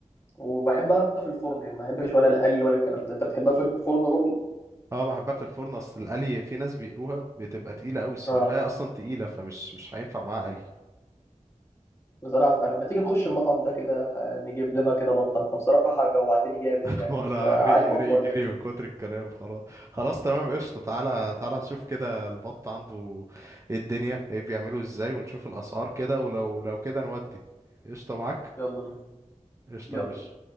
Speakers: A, on the left; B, on the right.
A: وبحبها في الفرن يعني ما بحبش ولا القلي ولا الكلام ده انت بتحبها في الفرن برضو
B: اه بحبها في الفرن اصل القلي في ناس بيقلوها بتبقى تقيله قوي الصراحه
A: اه
B: هي اصلا تقيله فمش مش هينفع معاها قلي
A: بصراحة فلما تيجي نخش المطعم ده كده آه، نجيب لنا كده بطة انت بصراحة جوعتني جامد
B: <laughs>
A: يعني
B: ولا
A: انت عاجبك
B: لا رقي رقي
A: ولا
B: جري
A: ايه
B: من كتر الكلام خلاص خلاص تمام قشطه تعالى تعالى نشوف كده البط عنده ايه الدنيا ايه بيعمله ازاي ونشوف الاسعار كده ولو لو كده نودي قشطه معاك
A: يلا بينا
B: قشطه
A: يلا
B: يا باشا